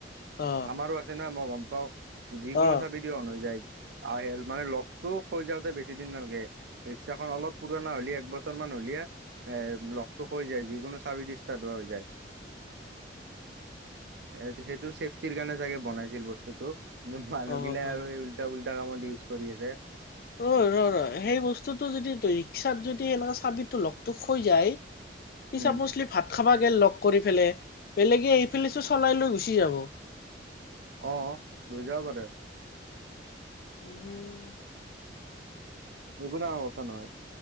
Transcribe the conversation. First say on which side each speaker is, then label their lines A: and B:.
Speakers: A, on the left; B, on the right.
A: অ
B: আমাৰো আছে না মই গম পাও যিকোনো
A: অ
B: চাবি দি অন হৈ যায় আহিল মানে লগতটো হৈ যাওঁতে বেছি দিন নালাগে ৰিক্সাখন অলপ পুৰণা হলি একবছৰ এক বছৰ মান হলিয়ে এ লগ খহি যায় যিকোনো চাবি ষ্টাৰ্ট হোৱা হৈ যায় এ সেইটো চেফটিৰ কাৰণে চাগে বনাইছিল বস্তুটো কিন্তু মানুহ
A: হ'ব
B: গিলাই
A: পাৰে
B: আৰু এই উল্টা উল্টা কামত ইউজ কৰি আছে
A: অ ৰ ৰ সেই বস্তুটো যদি ৰিক্সাত যদি এনেৱা চাবিটো লগটো হৈ যায় সি
B: উম
A: চাপোলি ভাত খাবা গে লগ কৰি পেলে বেলেগে এইফালি চো চলাই লৈ গুচি যাব
B: অ লৈ যাব পাৰে
A: উম <unintelligible>
B: একো ডাঙৰ কথা নহয়